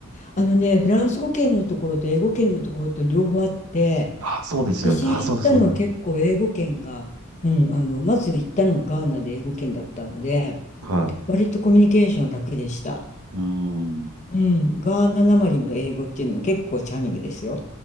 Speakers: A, on the left (about 35°); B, on the right (about 80°).
A: あのね、フランス語圏のところと英語圏のところと両方あって、
B: あ、そうですよね。
A: 私行ったのは結構英語圏が、
B: あ、そうだ、そうだ。
A: うん、あの、まず行ったのはガーナで英語圏だったので、
B: はい。
A: 割とコミュニケーション楽でした。
B: うーん。
A: うん、ガーナなまりの英語っていうのも結構チャーミングですよ。